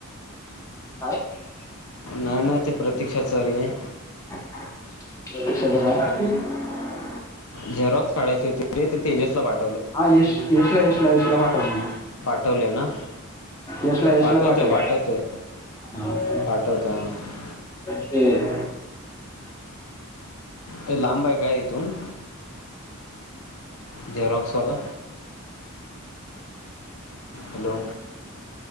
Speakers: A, on the left (about 15°); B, on the left (about 70°).
A: काय? <unintelligible>
B: ना ना ते प्रतीक्षा चारी हायं.
A: <unintelligible>
B: झेरॉक्स काढायचे हुते ते तेजसला पाठ
A: हा यश यशला यशला यशला पाठव ना
B: पाठवले ना
A: यशला यशला
B: पाठवते
A: पाठव
B: पाठवते
A: <unintelligible>
B: पाठवते हां ते लांब हाय काय इथून? झेरॉक्सवाला हॅलो